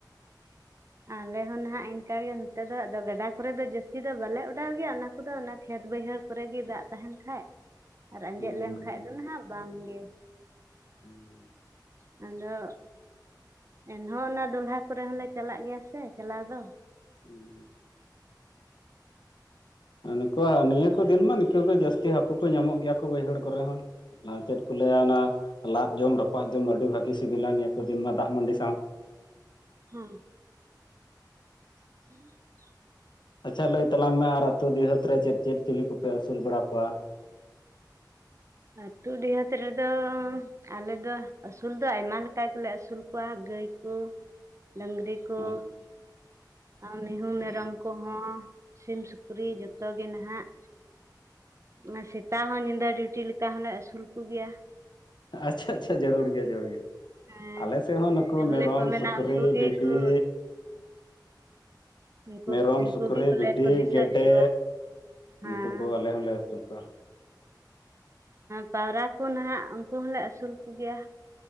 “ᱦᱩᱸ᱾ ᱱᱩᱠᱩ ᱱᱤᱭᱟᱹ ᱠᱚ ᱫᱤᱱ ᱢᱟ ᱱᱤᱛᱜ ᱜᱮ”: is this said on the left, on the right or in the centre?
Left